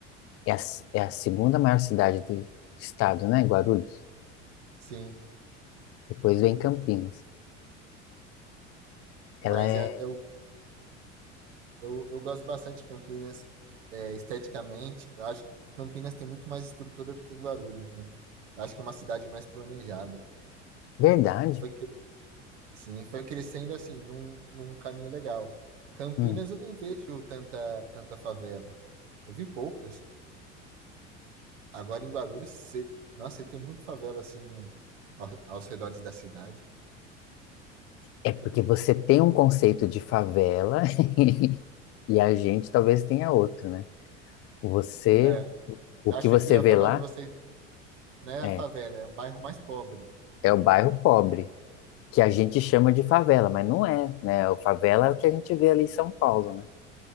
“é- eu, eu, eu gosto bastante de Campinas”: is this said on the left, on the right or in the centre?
Right